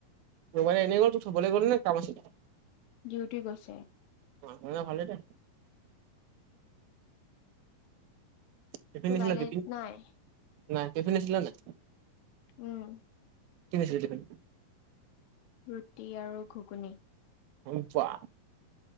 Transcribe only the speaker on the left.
ডিউটি গৈছে
তো
কাইলৈ
নাই
উম
ৰুটি আৰু ঘুগুনি